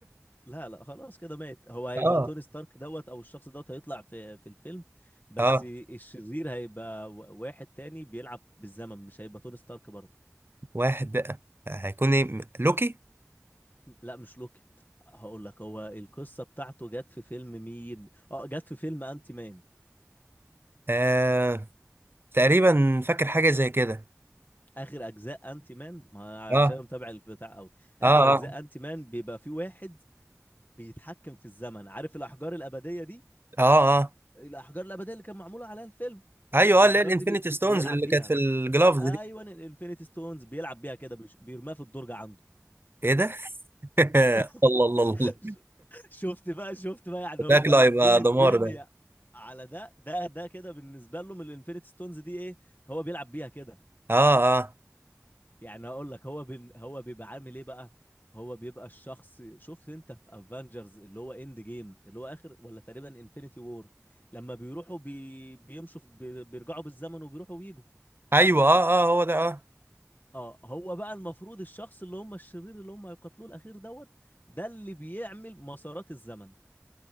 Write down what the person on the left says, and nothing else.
لا لا خلاص كده مات هو
هيبقى
توني ستارك دوت او الشخص دوت هيطلع في في الفيلم بس
الشرير هيبقى و- واحد تاني بيلعب بالزمن مش هيبقى توني ستارك برضه
لا مش لوكي هقول لك هو القصه بتاعته جت في فيلم مين اه جت في فيلم انتي مان
اخر اجزاء انتي مان ما أنا
عشان أنا متابع البتاع قوي اخر
اجزاء
انتي مان بيبقى في واحد بيتحكم في الزمن عارف الاحجار الابديه دي
الاحجار الابديه اللي كان معموله عليها الفيلم
الاحجار
دي بي... بي-
بيلعب
بيها
ايوه
الانفينيتي ستونز بيلعب بيها كده بيش- بيرميها في الدرج عنده
<laughs>
شفت بقى شفت بقى يعني هم
قلبين
الدنيا
على ده ده ده كده بالنسبه لهم الانفينيتي ستونز دي ايه هو بيلعب بيها كده
يعني هقول لك هو بن هو بيبقى عامل ايه بقى هو بيبقى الشخص شفت انت في افنجرز اللي هو اند جيم اللي هو اخر ولا تقريبا انفينيتي وور لما بيروحوا بي... بيمشوا في- بي... بيرجعوا بالزمن وبيروحوا ويجوا
اه هو بقى المفروض الشخص اللي هم الشرير اللي هم هيقتلوه الاخير دوت ده اللي بيعمل مسارات الزمن